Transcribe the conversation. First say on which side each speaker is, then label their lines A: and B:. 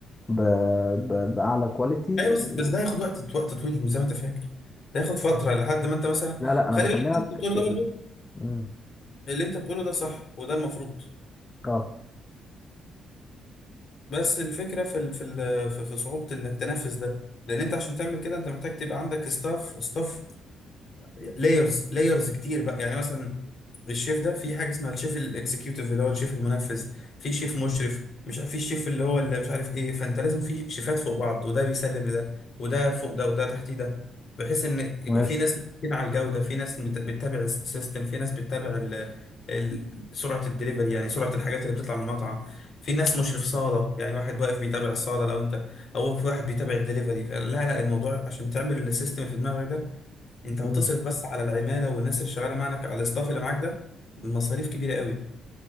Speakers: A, on the left (about 20°); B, on the left (about 55°).
A: ب... ب... باعلى كواليتي
B: ايوه بس
A: و...
B: بس ده هياخد وقت وقت طويل مش زي ما انت فاكر ده هياخد فتره لحد ما انت مثلا
A: لا لا انا
B: خلي
A: بكلمك
B: بالك اللي انت بتقوله
A: ال-
B: ده برضو
A: مم.
B: اللي انت بتقوله ده صح وده المفروض
A: اه
B: بس الفكره في ال... في ال... في في صعوبه انك تنفذ ده لان انت عشان تعمل كده انت محتاج تبقى عندك ستاف ستاف لايرز لايرز كتير بقى يعني مثلا للشيف ده في حاجه اسمها الشيف الاكسكيوتيف اللي هو الشيف المنفذ في شيف مشرف مش عارف في الشيف اللي هو اللي مش عارف ايه فانت لازم في شيفات فوق بعض وده بيسلم لده وده فوق ده وده تحتيه ده بحيث ان يبقى
A: ماشي
B: في ناس متفقين على الجوده في ناس بت- بتتابع السيستم في ناس بتتابع ال- ال- سرعه الدليفري يعني سرعه الحاجات اللي بتطلع من المطعم في ناس مشرف صاله يعني واحد واقف بيتابع الصاله لو انت او في واحد بيتابع الدليفري فلا لا الموضوع عشان تعمل السيستم اللي في دماغك ده انت هتصرف
A: مم.
B: بس على العماله والناس اللي شغاله معاك على الاستاف اللي معاك ده مصاريف كبيره قوي